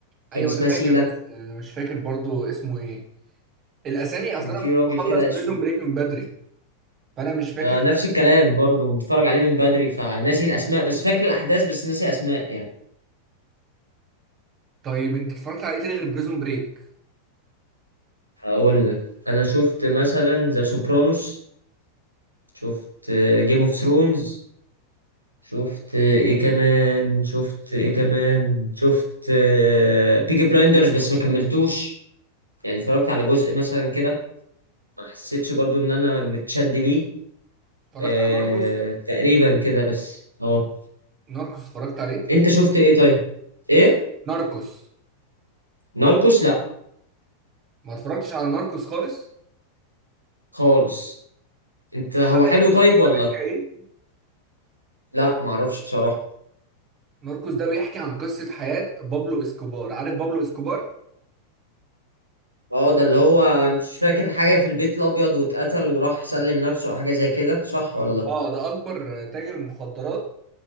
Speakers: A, on the right; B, on the right.
A: ايوه
B: كان اسمها
A: انا فاكر
B: سيلا
A: بس آه، مش فاكر برضو اسمه ايه الاسامي
B: كان
A: اصلا
B: في
A: انا
B: راجل
A: مخلص
B: كده اسود
A: بريزون بريك من بدري فانا مش فاكر
B: ما نفس الكلام برضو متفرج عليه من بدري فناسي الاسماء بس فاكر الاحداث بس ناسي اسماء يعني.
A: طيب انت اتفرجت على ايه تاني غير بريزون بريك
B: هقول لك انا شفت مثلا ذا سوبرانوس شفت جيم اوف ثرونز شفت ايه كمان شفت ايه كمان شفت بيكي بلايندرز بس ما كملتوش يعني اتفرجت على جزء مثلا كده ما حسيتش برضو ان انا متشد ليه
A: اتفرجت
B: آه
A: على ناركوس
B: تقريبا كده بس اه
A: ناركوس اتفرجت عليه
B: انت شفت ايه طيب ايه
A: ناركوس
B: ناركوس لا
A: ما اتفرجتش على ناركوس خالص
B: خالص انت هو
A: عارف
B: حلو
A: ناركوس
B: طيب ولا
A: ده بيحكي ايه
B: لا معرفش بصراحة
A: ناركوس ده بيحكي عن قصه حياه بابلو اسكوبار عارف بابلو اسكوبار
B: اه ده اللي هو مش فاكر حاجة في البيت الأبيض واتقتل وراح سلم نفسه أو حاجة زي كده صح ولا؟
A: اه ده اكبر تاجر مخدرات